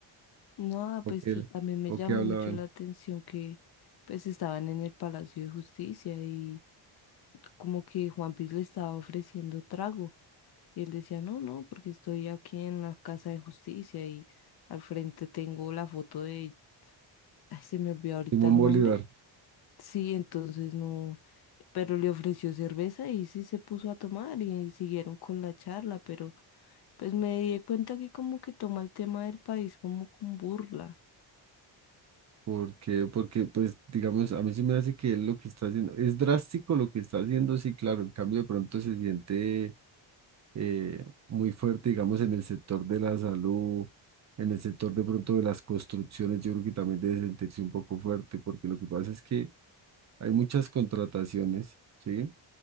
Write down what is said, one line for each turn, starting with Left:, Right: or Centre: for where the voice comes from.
Left: No,
Right: ¿O
Left: pues
Right: qué,
Left: te- también me
Right: o
Left: llamó
Right: qué hablaban?
Left: mucho la atención que pues estaban en el Palacio de Justicia y como que Juanpis le estaba ofreciendo trago y él decía, no, no, porque estoy aquí en la Casa de Justicia y al frente tengo la foto de, ay, se me olvidó ahorita
Right: Simón
Left: el
Right: Bolívar,
Left: nombre. Sí, entonces no, pero le ofreció cerveza y sí se puso a tomar y, siguieron con la charla, pero pues me di cuenta que como que toma el tema del país como con burla,
Right: porque, porque, pues, digamos, a mí sí me hace que él lo que está haciendo, es drástico lo que está haciendo, sí, claro, el cambio de pronto se siente eh, muy fuerte, digamos, en el sector de la salud, en el sector de pronto de las construcciones, yo creo que también debe sentirse un poco fuerte, porque lo que pasa es que hay muchas contrataciones, ¿sí?